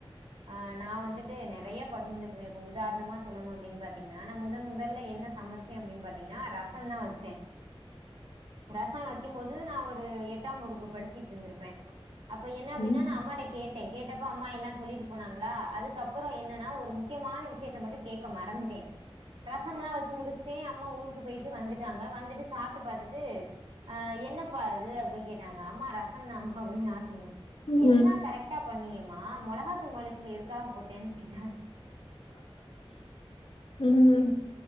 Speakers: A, on the right (about 65°); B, on the left (about 60°).
A: ஆஹ் நா வந்துட்டு நெறையா பகிந்துக்குவே இப்போ உதாரணமா சொல்லணு அப்டின் பாத்திங்னா நா முதன் முதல் ல என்ன சமைச்சே அப்டின் பாத்திங்னா ரசந்தா வச்சே ரசொ வைக்கும்போது நா ஒரு எட்டாம் வகுப்பு படிச்சிட்ருந்துருப்பே அப்ப என்ன அப்டினா
B: ம்
A: நா அம்மாட்ட கேட்டே கேட்டப் பொ அம்மா எல்லா சொல்லிட்டு போனாங்ளா அதுக்கப்பறொ என்னனா ஒரு முக்கியமான விஷயத்த மட்டு கேட்க மறந்துட்டே ரச ரசம்லா வச்சி முடிச்டே அம்மா ஊருக்கு பொயிட்டு வந்துட்டாங்க வந்துட்டு சாப்ட்டு பாத்துட்டு ஆஹ் என்னப்பா இது அப்டின் கேட்டாங்க அம்மா ரசந்தாமா அப்டின் நா சொன்னே
B: ம்
A: எல்லா கரெக்ட்டா பண்ணியேம் மா மொளகாத்தூள் மல்லித்தூள் எதுக்காக போட்டேன் கேட்
B: <inaudible> உம்